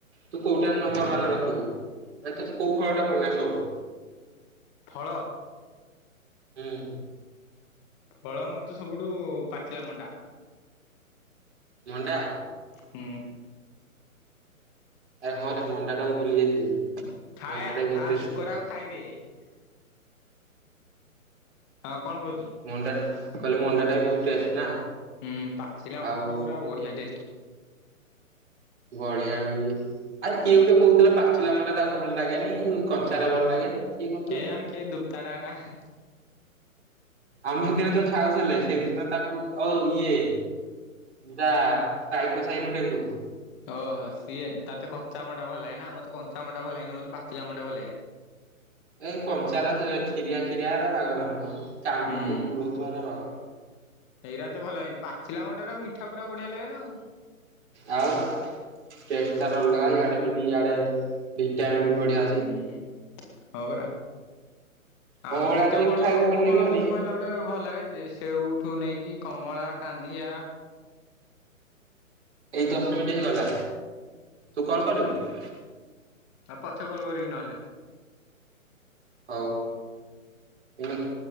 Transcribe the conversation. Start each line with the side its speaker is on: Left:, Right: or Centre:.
Right: ତୁ କୋଉଟା <unintelligible> ରଖିବୁ ଆ ତୋତେ କୋଉ ଫଳଟା ଭଲଲାଗେ ସବୁଠୁ?
Left: ଫଳ।
Right: ହୁଁ।
Left: ଫଳ ମତେ ସବୁଠୁ ପାଚିଲା ମଣ୍ଡା।
Right: ମଣ୍ଡା
Left: ହୁଁ।
Right: ଆରେ ହଁ ରେ ମଣ୍ଡା ଟା ମୁଁ ଭୁଲି ଯାଇଥିଲି।
Left: <unintelligible> ଖା
Right: ମଣ୍ଡାଟା ବି ବହୁତ ଟେଷ୍ଟ
Left: ପୋକରା କୁ ଖାଇ <unintelligible> ହଁ କଣ କହିଥିଲୁ?
Right: ଭଣ୍ଡା ମୁଁ କହିଲି ଭଣ୍ଡାଟା ବି ବହୁତ୍ ଟେଷ୍ଟ ନା।
Left: ହୁଁ ପାଚିଲା
Right: ଆଉ
Left: ଭଣ୍ଡା ଟା ପୁରା ବଢ଼ିଆ ଟେଷ୍ଟ୍।
Right: <unintelligible> ଆରେ କିଏ ଗୋଟେ କହୁଥିଲା ପାଚିଲା ଭଣ୍ଡା ତାକୁ ଭଲ ଲାଗେନି କଞ୍ଚାଟା ଭଲ ଲାଗେ। କିଏ କହୁଥିଲା?
Left: କେଆଣି କିଏ <unintelligible>
Right: ଆମେ ହେଦିନ ଯୋଉ ଖାଉଥିଲେ ସେଇଦିନ ତାକୁ ଓ ଇଏ। ତା ପାଇକ ସାହି ରୁ <unintelligible>
Left: ଓହୋ ସିଏ ତତେ କଞ୍ଚାଭଣ୍ଡା ଭଲ ଲାଗେ ନା ମତେ କଞ୍ଚାଭଣ୍ଡା ଭଲ ଲାଗେନି ମତେ ପାଚିଲାଭଣ୍ଡା ଭଲ ଲାଗେ।
Right: ଉଁ କଞ୍ଚା ରା ଖିରିଆ ଖିରିଆ ହେରା ବାଗ ନାଗୁ <unintelligible>
Left: ହୁଁ
Right: ହଉଥିବ ହେରା <unintelligible>
Left: ଏଇରା ଏତେ ଭଲ ଲାଗେନି ପାଚିଲା ଭଣ୍ଡାରେ ମିଠା ପୁରା ବଢ଼ିଆ ଲାଗେନ ଆଉ‌।
Right: ଆଉ ଟେଷ୍ଟ୍ ତାର ଅଲଗା ଇଆଡ଼େ ପୁଣି ଇଆଡ଼େ ଭିଟାମିନ୍ ବଢ଼ିଆ
Left: ହୁଁ ହୁଁ ହଁ ପରା। ଆହୁରି
Right: ଅଁଳାରେ
Left: କେତେ
Right: ଯାଇକି
Left: ଫଳ
Right: ଖାଇବାକୁ
Left: ସବୁ
Right: ଭଲ ଲାଗିବନି
Left: ଫଳ ମତେ କହିଲା ଭଳିଆ ଭଲ ଲାଗେ <unintelligible> ସେଉଠୁ ନେଇକି କମଳା, କାନ୍ଧିଆ
Right: ଏଇ ଦଶ ମିନିଟ୍ ହେଇଗଲା ତୁ କଣ କରିବୁ?
Left: ଆ ପଛେ କଲ୍ କରିବି ନହେଲେ।
Right: ହଉ ହୁଁ।